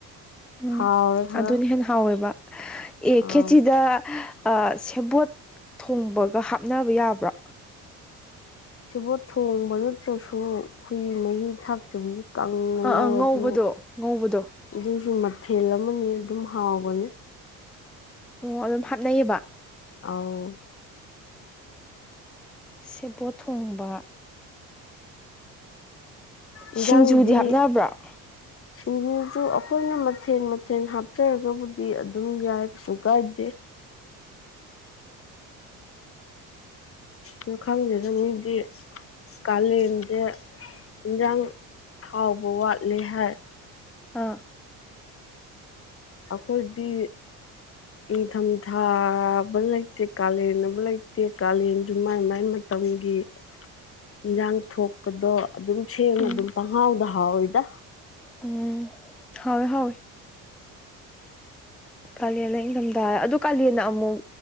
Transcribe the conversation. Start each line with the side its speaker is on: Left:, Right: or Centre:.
Centre: ꯎꯝ
Left: ꯍꯥꯎꯔꯦ ꯈꯔ
Centre: ꯑꯗꯨꯅ ꯍꯦꯟꯅ ꯍꯥꯎꯋꯦꯕ ꯑꯦ
Left: ꯑꯥꯎ
Centre: ꯈꯦꯆꯤꯗ ꯑ ꯁꯦꯕꯣꯠ ꯊꯣꯡꯕꯒ ꯍꯥꯞꯅꯕ ꯌꯥꯕ꯭ꯔꯣ
Left: ꯁꯦꯕꯣꯠ ꯊꯣꯡꯕ ꯅꯠꯇ꯭ꯔꯁꯨ ꯍꯨꯏ ꯃꯍꯤ ꯊꯥꯛꯇꯕꯒꯤ ꯀꯪꯅ
Centre: ꯑꯥ
Left: ꯉꯧꯔꯁꯨ
Centre: ꯑꯥ ꯉꯧꯕꯗꯣ ꯉꯧꯕꯗꯣ
Left: ꯑꯗꯨꯁꯨ ꯃꯊꯦꯜ ꯑꯃꯅꯤ ꯑꯗꯨꯝ ꯍꯥꯎꯕꯅꯤ
Centre: ꯑꯣ ꯑꯗꯨꯝ ꯍꯥꯞꯅꯩꯕ
Left: ꯑꯥꯎ
Centre: ꯁꯦꯕꯣꯠ ꯊꯣꯡꯕ ꯁꯤꯡꯖꯨꯗꯤ
Left: ꯏꯟꯖꯥꯡꯗꯤ
Centre: ꯍꯥꯞꯅꯕ꯭ꯔꯣ <unintelligible>
Left: ꯁꯤꯡꯖꯨꯁꯨ ꯑꯩꯈꯣꯏꯅ ꯃꯊꯦꯜ ꯃꯊꯦꯜ ꯍꯥꯞꯆꯔꯒꯕꯨꯗꯤ ꯑꯗꯨꯝ ꯌꯥꯏ ꯀꯩꯁꯨ ꯀꯥꯏꯗꯦ ꯑꯗꯨ ꯈꯪꯗꯦꯗꯥ ꯃꯤꯗꯤ ꯀꯥꯂꯦꯟꯖꯦ ꯏꯟꯖꯥꯡ ꯍꯥꯎꯕ ꯋꯥꯠꯂꯦ ꯍꯥꯏ
Centre: ꯑꯥ
Left: ꯑꯈꯣꯏꯗꯤ ꯅꯤꯡꯊꯝꯊꯥꯕ ꯂꯩꯇꯦ ꯀꯥꯂꯦꯟ ꯑꯕꯥ ꯂꯩꯇꯦ ꯀꯥꯂꯦꯟꯁꯨ ꯃꯥꯏ ꯃꯥꯏ ꯃ ꯇꯝꯒꯤ ꯏꯟꯖꯥꯡ ꯊꯣꯛꯄꯗꯣ ꯑꯗꯨꯝ ꯁꯦꯡꯃ
Centre: ꯎꯝ
Left: ꯑꯗꯨꯝ ꯄꯪꯍꯥꯎꯗ ꯍꯥꯎꯋꯤꯗꯥ
Centre: ꯎꯝ ꯍꯥꯎꯋꯦ ꯍꯥꯎꯋꯦ ꯀꯥꯂꯦꯟꯂꯥ ꯏꯪꯊꯝꯊꯥꯔꯥ ꯑꯗꯨ ꯀꯥꯂꯦꯟꯅ ꯑꯃꯨꯛ